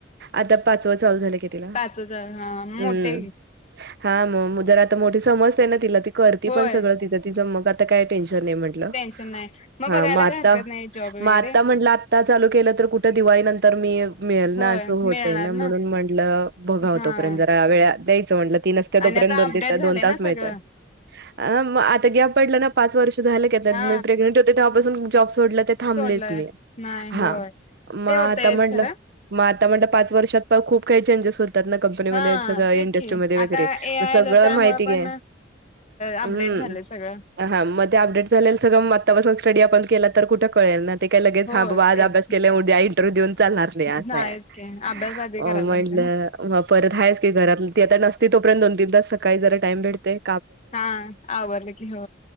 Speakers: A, on the right; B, on the left.
A: आता पाचव चालू झालंय कि तिला
B: पाचच हा मोठे
A: हम्म हा म मग जर आता मोठी समजते ना तिला ती करती
B: होय
A: पण सगळं तिचं तिचं मग आता काय टेन्श तर मी म्हंटल
B: टेन्शन नाही मग बघायला
A: हा म आत्ता
B: काय हरकत नाही जॉब वगैरे
A: म आत्ता म्हंटल आत्ता चालू केल तर कुठं दिवा दिवाळी नंतर मी मिळेल
B: होय
A: ना अस होतय
B: मिळणार
A: ना म्हणून म्हटलं बघाव
B: हा
A: तोपर्यंत जरा वेळ त्या तोपर्यंत
B: आणि आता
A: दोन
B: अपडेट
A: तीन
B: झालंय
A: दोन
B: ना
A: तास
B: सगळं
A: मिळत्यात अ मग आता ग्याप पडलं ना पाच वर्ष झालं कि आता
B: हा
A: मी प्रेग्नेंट होते तेव्हापासून जॉब सो सोडलं ते थांबलेच
B: सोडलंय
A: मी
B: नाही
A: हा
B: होय
A: म
B: ते
A: आता
B: होतयच
A: म्हणलं
B: खरं
A: म आता म्हणलं पाच वर्षात पाहू खूप काही चेंजेस हो त्यातन कंपनीमध्ये
B: हा
A: आणि सगळ्या
B: तेच
A: इंडस्ट्रीमध्ये
B: की आता
A: वगैरे
B: ए आय
A: म सगळ
B: आलं त्यामुळं
A: माहिती
B: पण
A: घे
B: अपडेट
A: हम्म
B: झालंय सगळं
A: हा म ते अपडेट झालेल सगळं म आत्तापासन स्टडी आपण कॉल केला तर कुठे कळेल ना ते काय लगेच
B: हो
A: हा बाबा आज
B: तेच
A: अभ्यास केला उद्या इंटरव्ह्यू देऊन चालणार नाही असं
B: नाहीच
A: आहे
B: की अभ्यास आधी
A: अ
B: करायला
A: म्हटलं
B: लागतोय ना
A: म परत हायचं की घरातल ती आता नसती परत दोन तीन तास सकाळी जरा टाइम भेटतोय
B: हा आवरलं की हो